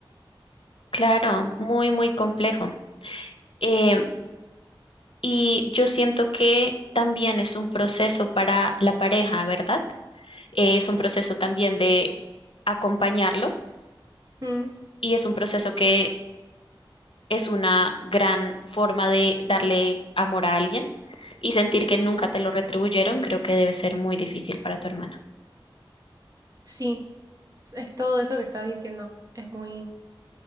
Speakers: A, on the left; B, on the right.
A: Claro, muy, muy complejo. Eh, y yo siento que también es un proceso para la pareja, ¿verdad? Eh, es un proceso también de acompañarlo
B: Mm.
A: y es un proceso que es una gran forma de darle amor a alguien y sentir que nunca te lo retribuyeron, creo que debe ser muy difícil para tu hermana.
B: Sí, es todo eso que estás diciendo. Es muy,